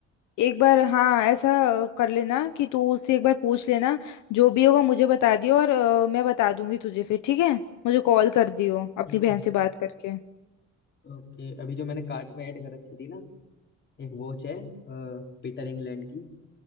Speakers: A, on the left (about 80°); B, on the left (about 35°).
A: एक बार हाँ ऐसा कर लेना कि तू उससे एक बार पूछ लेना जो भी होगा मुझे बता दियो और अ, मैं बता दूंगी तुझे फिर ठीक है मुझे कॉल कर दियो अपनी
B: हम्म
A: बहन से बात करके
B: ओके अभी जो मैंने कार्ट में ऐड कर रखी थी ना एक वॉच है अ, पीटर इंग्लैंड की